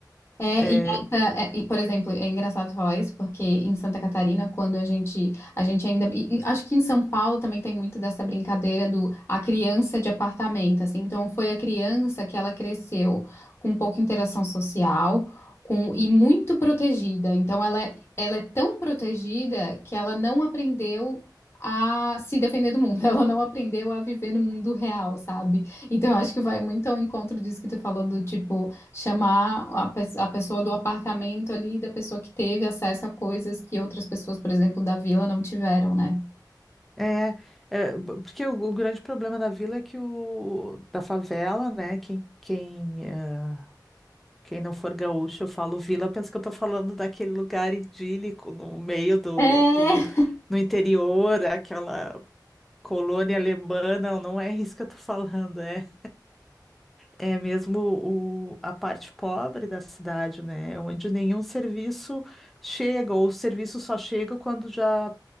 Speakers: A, on the left (about 35°); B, in the centre.
A: É,
B: É,
A: e, essa, é, e, por exemplo, é engraçado falar isso, porque em Santa Catarina, quando a gente, a gente ainda, e- e acho que em São Paulo também tem muito dessa brincadeira do a criança de apartamento, assim, então foi a criança que ela cresceu com pouca interação social, com, e muito protegida, então ela, é- ela é tão protegida que ela não aprendeu a se defender do mundo, <laughs> ela não aprendeu a viver no mundo real, sabe? Então eu acho que vai muito ao encontro disso que tu falou do tipo, chamar a, pe- a pessoa do apartamento ali, da pessoa que teve acesso a coisas que outras pessoas, por exemplo, da vila não tiveram, né?
B: é, é, b- porque o, o grande problema da vila é que o da favela, né? Quem, quem ah, Quem não for gaúcho, eu falo vila, pensa que eu tô falando daquele lugar idílico no meio do,
A: É.
B: do no interior, aquela colônia alemã. Não, não é isso que eu tô falando, é, é mesmo o, a parte pobre da cidade, né? Onde nenhum serviço chega, ou o serviço só chega quando já